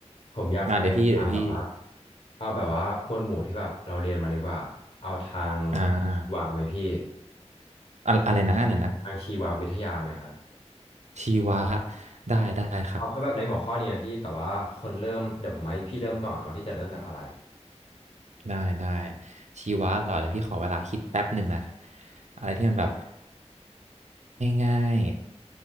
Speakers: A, on the left; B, on the right.
A: ผมอยากไปในทางแบบว่า
B: อ่าเดี๋ยวพี่เดี๋ยวพี่
A: เอาแบบว่าหมวดหมู่ที่แบบเราเรียนมาดีกว่า เอาทาง
B: อ่า
A: ชีวะไหมพี่
B: อะอะไรนะอะไรนะ
A: ทางชีววิทยาไหมครับ
B: ชีวะได้ได้ครับ
A: เอาแค่แบบในหัวข้อนี้นะพี่แต่ว่าคนเริ่มเดี๋ยวผมให้พี่เริ่มก่อนว่าพี่จะเริ่มจากอะไร
B: ได้ได้ชีวะเหรอเดี๋ยวพี่ขอเวลาคิดแป๊บหนึ่งนะอะไรที่มันแบบง่าย